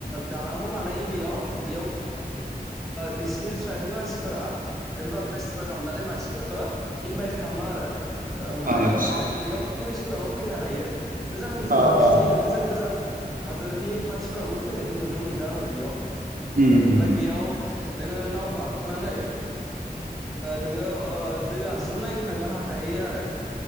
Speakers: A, in the centre; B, on the right.
A: दालांबो बानायो बेयाव बेयाव बिसिनि ट्राइबनि मानसि रिभार फेस्टिभेल खालामनानै मानसिफोरखौ इनभाइट खालामो आरो ओमफ्राय
B: अ आतसा
A: बेयाव टुरिस्टफ्राबो फैनो हायो गोजान गोजान
B: अ
A: मानसिनि
B: अ
A: गोजान गोजान हादोरनि मानसिफोराबो फैनायखौ नुनो मोनदों आङो बेयाव
B: उम
A: ओमफ्राय
B: उम
A: बेयाव नोङो नाव गाखोनानै नोङो दै बाज्रुम नायनो थांनो हायो आरो